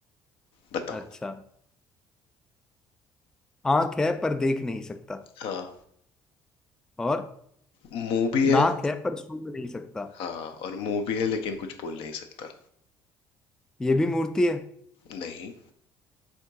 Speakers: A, on the left; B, in the centre.
A: बताओ
B: अच्छा आंख है पर देख नहीं सकता
A: हाँ
B: और
A: मुंह भी है
B: नाक है पर सूंघ नहीं सकता
A: हाँ और मुंह भी है लेकिन कुछ बोल नहीं सकता
B: ये भी मूर्ति है
A: नहीं